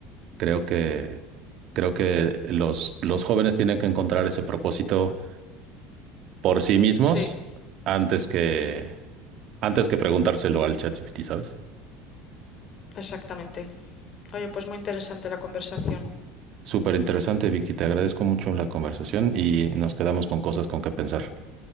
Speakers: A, on the right (about 50°); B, on the left (about 40°).
A: creo que, creo que los, los jóvenes tienen que encontrar ese propósito por sí mismos
B: Sí,
A: antes que, antes que preguntárselo al ChatGPT, ¿sabes?
B: exactamente. Oye, pues muy interesante la conversación.
A: Súper interesante, Vicky. Te agradezco mucho la conversación y nos quedamos con cosas con que pensar.